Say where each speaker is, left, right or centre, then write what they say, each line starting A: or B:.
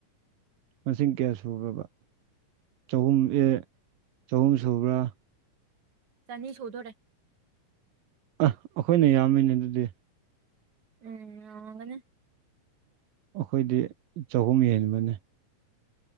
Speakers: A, on the right (about 85°); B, on the right (about 60°).
A: ꯃꯁꯤꯡ ꯀꯌꯥ ꯁꯨꯒꯔ꯭ꯕ ꯆꯍꯨꯝ ꯑꯦ ꯆꯍꯨꯝ ꯁꯨꯕ꯭ꯔꯥ
B: ꯆꯅꯤ ꯁꯨꯗꯣꯔꯦ꯫
A: ꯑ ꯑꯩꯈꯣꯏꯅ ꯌꯥꯝꯃꯤꯅꯦ ꯑꯗꯨꯗꯤ
B: ꯎꯝ ꯌꯝꯃꯝꯒꯅꯤ꯫
A: ꯑꯩꯈꯣꯏꯗꯤ ꯆꯍꯨꯝ ꯍꯦꯟꯕꯅꯦ꯫